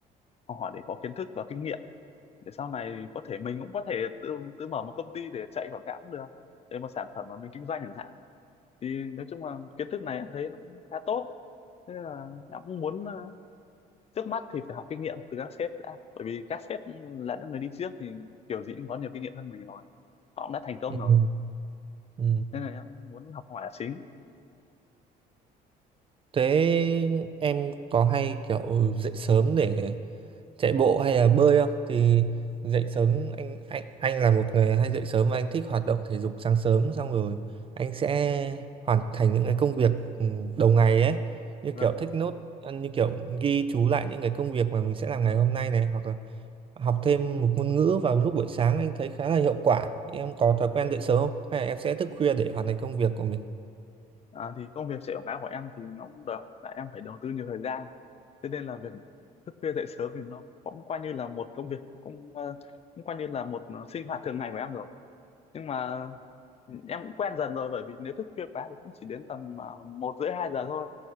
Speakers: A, on the left; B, on the right.
A: học hỏi để có kiến thức và kinh nghiệm để sau này có thể mình cũng có thể tự tự mở một công ty để chạy quảng cáo cũng được để một sản phẩm mà mình kinh doanh chẳng hạn thì nói chung là kiến thức này em thấy nó cũng khá tốt thế là em cũng muốn trước mắt thì phải học kinh nghiệm từ các sếp đã bởi vì các sếp là những người đi trước thì kiểu gì cũng có nhiều kinh nghiệm hơn mình rồi họ cũng đã thành công
B: ừ.
A: rồi
B: Ừ.
A: nên là em muốn học hỏi là chính
B: thế em có hay kiểu dậy sớm để chạy bộ hay là bơi không thì dậy sớm anh anh anh là một người hay dậy sớm và anh thích hoạt động thể dục sáng sớm xong rồi anh sẽ hoàn thành những cái công việc ừ, đầu ngày ấy như
A: vâng
B: kiểu take note ừ, như kiểu ghi chú lại những cái công việc mà mình sẽ làm ngày hôm nay này hoặc là học thêm một ngôn ngữ vào lúc buổi sáng anh thấy khá là hiệu quả em có thói quen dậy sớm không hay là em sẽ thức khuya để hoàn thành công việc của mình
A: à, thì công việc chạy quảng cáo của em thì nó cũng đòi hỏi là em phải đầu tư nhiều thời gian thế nên là việc thức khuya dậy sớm thì nó cũng coi như là một công việc cũng ờ, cũng coi như là một ờ, sinh hoạt thường ngày của em rồi nhưng mà em cũng quen dần rồi bởi vì nếu thức khuya quá thì cũng chỉ đến tầm à, một rưỡi hai giờ thôi